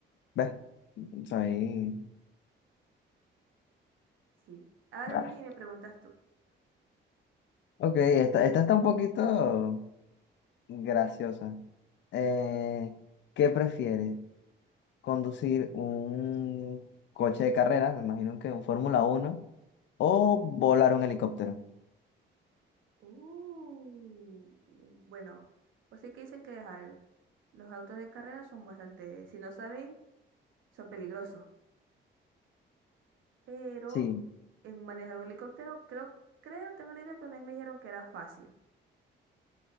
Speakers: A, on the left (about 65°); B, on the right (about 75°).
A: ves, soy
B: Sí. Ahora
A: rara.
B: viene y me preguntas tú.
A: Ok, esta, esta está un poquito graciosa. Eh, ¿qué prefieres? ¿Conducir un coche de carrera? Me imagino que un Fórmula uno O volar un helicóptero.
B: Uh, bueno, pues sí que dicen que ajá, los autos de carrera son bastante, si no sabéis, son peligrosos. Pero
A: Sí,
B: en manejar un helicóptero, creo, creo, tengo la idea que una vez me dijeron que era fácil.